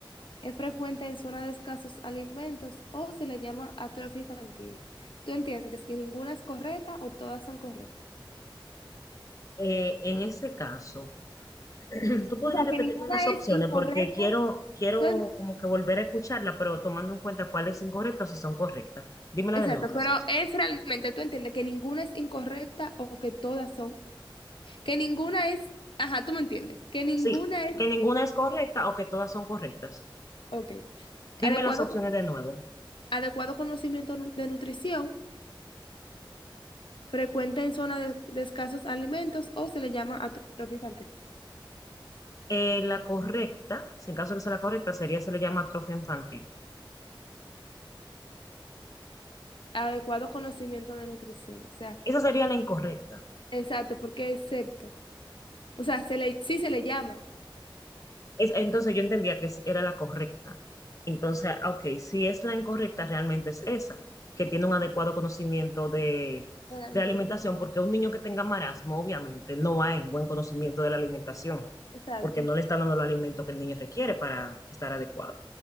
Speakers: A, on the left; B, on the left.
A: Es frecuente en zonas de escasos alimentos o se le llama atrofia infantil. ¿Tú entiendes que ninguna es correcta o todas son correctas?
B: Eh, en ese caso, <clears throat> tú podrías
A: O sea,
B: repetirme
A: que ninguna
B: las opciones
A: es incorrecta.
B: porque quiero, quiero
A: ¿Tú en-
B: como que volver a escucharla, pero tomando en cuenta cuáles son incorrectas y son correctas. Dímela
A: Exacto,
B: de nuevo las
A: pero
B: opciones.
A: es realmente, ¿tú entiendes que ninguna es incorrecta o que todas son? Que ninguna es, ajá, tú me entiendes, que ninguna
B: Sí,
A: es,
B: que ninguna es correcta o que todas son correctas.
A: ok.
B: Dime
A: Adecuado,
B: las opciones de nuevo.
A: adecuado conocimiento nu- de nutrición, frecuente en zonas de, de escasos alimentos o se le llama atrofia infantil.
B: Eh, la correcta, si en caso de que sea la correcta, sería, se le llama atrofia infantil.
A: Adecuado conocimiento de nutrición, o sea.
B: Esa sería la incorrecta.
A: Exacto, porque excepto. O sea, se le, sí se le llama
B: Es, entonces yo entendía que es- era la correcta. Entonces, ah, ok, si es la incorrecta, realmente es esa, que tiene un adecuado conocimiento de,
A: a la
B: de
A: nutrición.
B: la alimentación, porque un niño que tenga marasmo, obviamente, no hay buen conocimiento de la alimentación,
A: Exacto,
B: porque no le están dando los alimento que el niño requiere para estar adecuado.